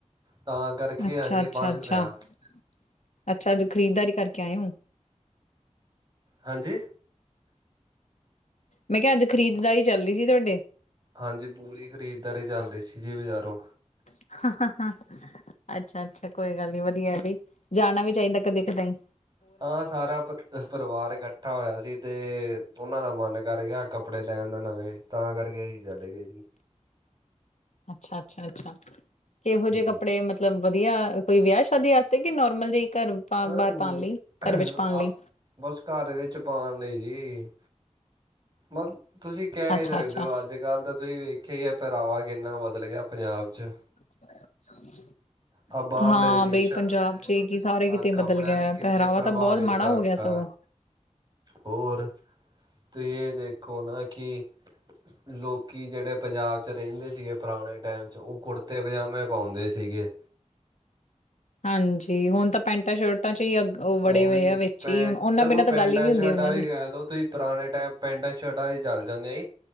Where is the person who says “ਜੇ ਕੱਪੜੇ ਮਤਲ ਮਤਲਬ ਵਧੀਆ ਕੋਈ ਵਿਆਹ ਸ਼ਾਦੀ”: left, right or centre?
Left